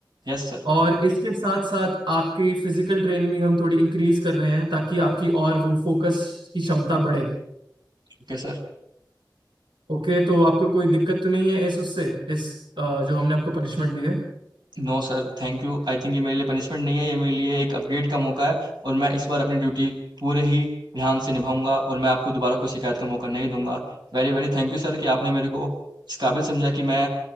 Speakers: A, on the right (about 60°); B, on the right (about 85°).
A: Yes sir
B: और इसके साथ साथ आपकी फिजिकल ट्रेनिंग भी हम थोड़ी इंक्रीज कर रहे हैं ताकि आपकी और वो फोकस की क्षमता बढ़े
A: Okay sir
B: ओके तो आपको कोई दिक्कत तो नहीं है इस उससे इस अ, जो हमने आपको पनिशमेंट दी है
A: No sir thank you I think ये मेरे लिए पनिशमेंट नहीं है ये मेरे लिए एक अपग्रेड का मौका है और मैं इस बार अपनी ड्यूटी पूरे ही ध्यान से निभाऊंगा और मैं आपको दोबारा कोई शिकायत का मौका नहीं दूंगा Very very thank you sir कि आपने मेरे को इस काबिल समझा कि मैं